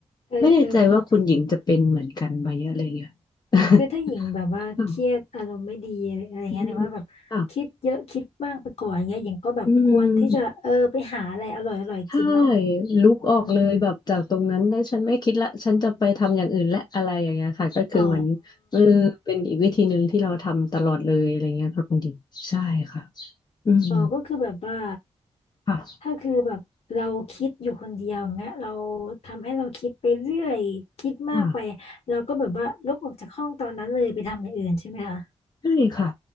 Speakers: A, on the left; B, on the left.
A: เออเออเนาะ
B: ไม่แน่ใจว่าคุณหญิงจะเป็นเหมือนกันไหมอะไรอย่างเงี้ย <laughs>
A: คือถ้าหญิงแบบว่าเครียดอารมณ์ไม่ดีอะไรเงี้ยหรือว่าแบบคิดเยอะคิดมากไปก่อนอย่างเงี้ยหญิงก็แบบควรที่จะเออไปหาอะไรอร่อยๆกินเนาะ
B: ค่ะอืมค่ะอืม ใช่ลุกออกเลยแบบจากตรงนั้นแล้วฉันไม่คิดละฉันจะไปทำอย่างอื่นและอะไรอย่างเงี้ยค่ะก็คือเหมือนเออเป็นอีกวิธีหนึ่งที่เราทำตลอดเลยอะไรเงี้ยค่ะคุณดิมใช่ค่ะ
A: อืม อ๋อ
B: อืม
A: อ๋อก็คือแบบว่า
B: ค่ะ
A: ถ้าคือแบบเราคิดอยู่คนเดียวอย่างเงี้ยเราทำให้เราคิดไปเรื่อยคิดมากไป
B: ค่ะ
A: เราก็แบบว่าลุกออกจากห้องตอนนั้นเลยไปทำอย่างอื่นใช่ไหมคะ
B: ใช่ค่ะ